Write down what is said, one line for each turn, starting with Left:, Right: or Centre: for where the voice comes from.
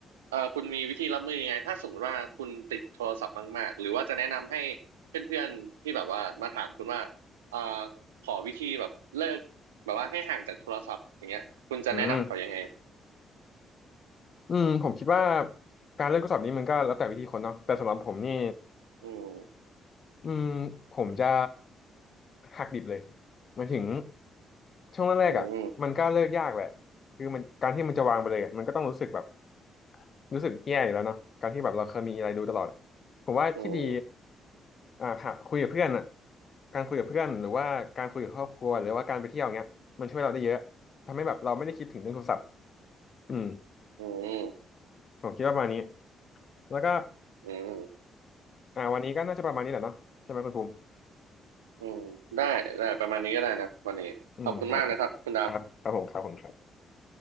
Right: เอ่อคุณมีวิธีรับมือยังไงถ้าสมมติว่าคุณติดโทรศัพท์มากๆหรือว่าจะแนะนำให้เพื่อนๆที่แบบว่ามาถามคุณว่าเอ่อขอวิธีแบบเลิกแบบว่าให้ห่างจากโทรศัพท์อย่างเงี้ยคุณจะแนะนำเขายังไง
Left: อืมอืมผมคิดว่าการเลือกข้อสอบนี้มันก็แล้วแต่วิธีคนเนาะแต่สำหรับผมนี่
Right: อืม
Left: อืมผมจะหักดิบเลยหมายถึงช่วงแรกๆอ่ะมันก็เลิกยากแหละ
Right: อืม
Left: คือมันการที่มันจะวางไปเลยอะมันก็ต้องรู้สึกแบบ รู้สึกแย่อยู่แล้วเนาะการที่แบบเราเคยมีอะไรดูตลอดผมว่าที่ดี
Right: อืม
Left: อ่าค่ะคุยกับเพื่อนอ่ะการคุยกับเพื่อนหรือว่าการคุยกับครอบครัวหรือว่าการไปเที่ยวเงี้ยมันช่วยเราได้เยอะทำให้แบบเราไม่ได้คิดถึงเรื่องโทรศัพท์อืม
Right: อืม
Left: ผมคิดว่าประมาณนี้แล้วก็
Right: อืม
Left: อ่าวันนี้ก็น่าจะประมาณนี้แหละเนาะใช่ไหมคุณภูมิ
Right: อืมได้ได้ประมาณนี้ก็ได้นะวันนี้ขอบคุณมากนะครับคุณดาว
Left: อืมครับครับครับครับผมครับผมครับ